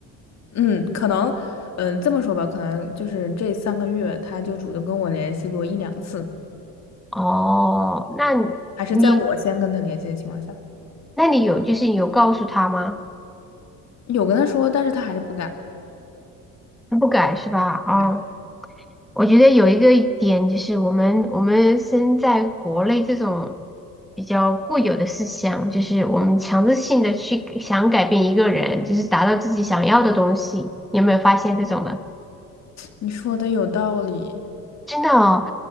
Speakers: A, on the left; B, in the centre.
A: 嗯，可能，嗯，这么说吧，可能就是这三个月他就主动跟我联系过一两次，
B: 哦，那
A: 还是在我先跟他联系的情况下，
B: 你，那你有，就是你有告诉他吗？
A: 有跟他说，但是他还是不改。
B: 他不改是吧？哦，
A: <sniffs>
B: 我觉得有一个点就是我们我们身在国内这种比较固有的思想，就是我们强制性的去想改变一个人，就是达到自己想要的东西，你有没有发现这种的？
A: 你说的有道理，
B: 真的哦，